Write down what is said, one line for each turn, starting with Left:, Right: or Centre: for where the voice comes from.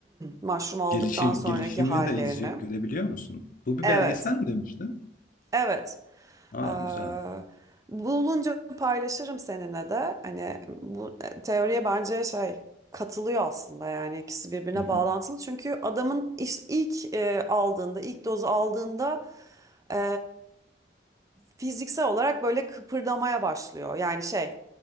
Right: mushroom aldıktan
Left: Gelişi
Right: sonraki
Left: gelişimini
Right: hallerini.
Left: de izley görebiliyor musun? Bu bir
Right: Evet
Left: belgesel mi demiştin?
Right: evet
Left: Aa
Right: ee,
Left: güzel.
Right: bulunca paylaşırım seninle de. Hani bu e, teoriye bence şey katılıyor aslında yani ikisi birbirine
Left: Hı hı.
Right: bağlantılı. Çünkü adamın iş- ilk e, aldığında, ilk dozu aldığında e, fiziksel olarak böyle kıpırdamaya başlıyor. Yani şey